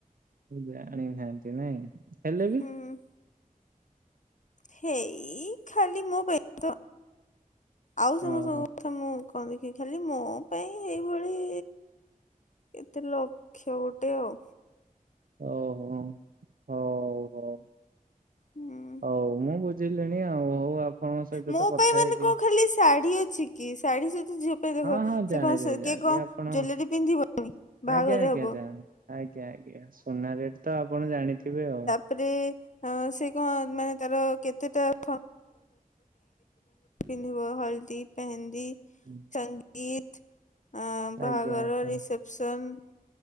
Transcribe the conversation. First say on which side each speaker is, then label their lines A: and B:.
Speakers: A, on the right; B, on the left.
A: ଜାଣିନାହାନ୍ତି ନାଇଁ। ହେଲେ ବି।
B: ହୁଁ ହେଇ ଖାଲି ମୋ। <unintelligible> ଆଉ ସମସ୍ତଙ୍କ
A: ଓହୋ
B: ତ ମୁଁ କଣ ଦେଖିବି, ଖାଲି ମୋ ପାଇଁ ଏଇଭଳି କେତେ ଲକ୍ଷ ଗୋଟେ ଆଉ?
A: ଓହୋ! ହଉ, ହଉ,
B: ହୁଁ।
A: ହଉ ମୁଁ ବୁଝ ବୁଝିଲିଣି ଆଉ, ହଉ, ଆପଣଙ୍କ ସହିତ
B: ମୋ
A: ତ କଥା
B: ପାଇଁ ମାନେ
A: ହେଇକି
B: କଣ ଖାଲି ଶାଢ଼ୀ ଅଛି। କି ଶାଢ଼ୀ ସହିତ ଝିଅ ଦେଖ,
A: ହଁ ହଁ
B: ସେ
A: ଜାଣିଲି
B: କଣ, ସେ
A: ଜାଣିଲି
B: କିଏ, କଣ
A: ଆପଣ
B: ଜୁଏଲେରୀ ପିନ୍ଧିବନି? ବାହାଘର
A: ଆଜ୍ଞା ଆଜ୍ଞା
B: ହେବ।
A: ଜା ଆଜ୍ଞା ଆଜ୍ଞା। ସୁନା ରେଟ୍ ତ ଆପଣ ଜାଣିଥିବେ ଆଉ।
B: ତାରେ ସେ କଣ ମାନେ ତାର କେତେଟା <inaudible> ପିନ୍ଧିବ ହଳଦୀ ପେହେନ୍ଦି।
A: ହୁଁ।
B: ସଙ୍ଗୀତ, ଆ
A: ଆଜ୍ଞା
B: ବାହାଘର
A: ଆଜ୍ଞା
B: ରିସେପସନ୍।